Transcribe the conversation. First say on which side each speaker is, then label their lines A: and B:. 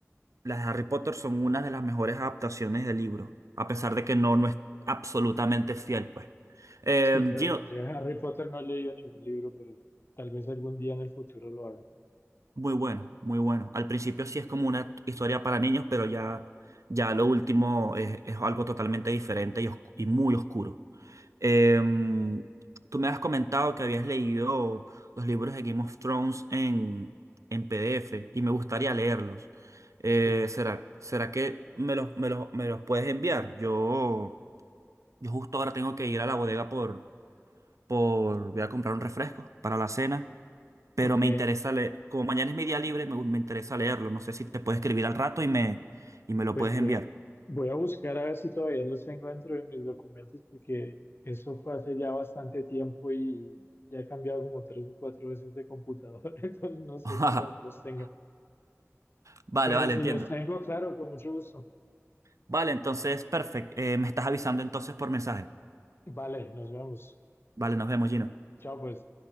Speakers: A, on the right; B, on the left.
A: Las de Harry Potter son una de las mejores adaptaciones del libro, a pesar de que no, no es absolutamente fiel, pues. Eh,
B: Sí, yo,
A: Gino,
B: yo de Harry Potter no he leído ningún libro, pero tal vez algún día en el futuro lo haga.
A: muy bueno, muy bueno. Al principio sí es como una historia para niños, pero ya, ya lo último es, es algo totalmente diferente y, oscu- y muy oscuro. Eh, tú me has comentado que habías leído los libros de Game of Thrones en, en PDF y me gustaría leerlos. Eh,
B: Sí,
A: ¿será, será que me los, me los, me los puedes enviar? Yo... Yo justo ahora tengo que ir a la bodega por, por, voy a comprar un refresco para la cena, pero
B: ok.
A: me interesa leer, como mañana es mi día libre, me, me interesa leerlo. No sé si te puedes escribir al rato y me, y me lo
B: Pues
A: puedes
B: voy,
A: enviar.
B: voy a buscar a ver si todavía los tengo dentro de mis documentos, porque eso fue hace ya bastante tiempo y ya he cambiado como tres o cuatro veces de computador, <laughs> entonces no sé
A: <laughs>
B: si todavía los tenga.
A: Vale,
B: Pero
A: vale,
B: si
A: entiendo.
B: los tengo, claro, con mucho gusto.
A: Vale, entonces, perfecto. Eh, me estás avisando entonces por mensaje.
B: Vale, nos vemos.
A: Vale, nos vemos, Gino.
B: Chao, pues.